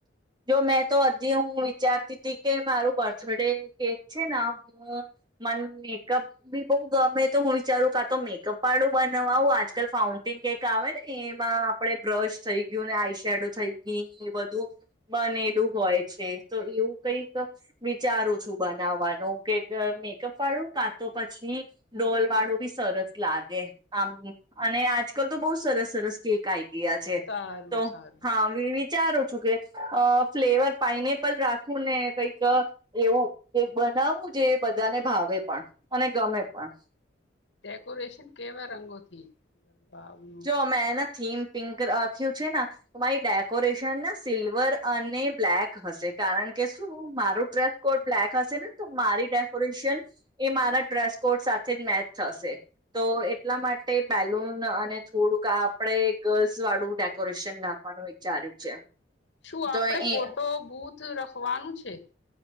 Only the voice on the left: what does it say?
સારું
સારું
ડેકોરેશન કેવા રંગોથી નું
છે
શું
આપણે ફોટો
બૂથ રખવાનું છે.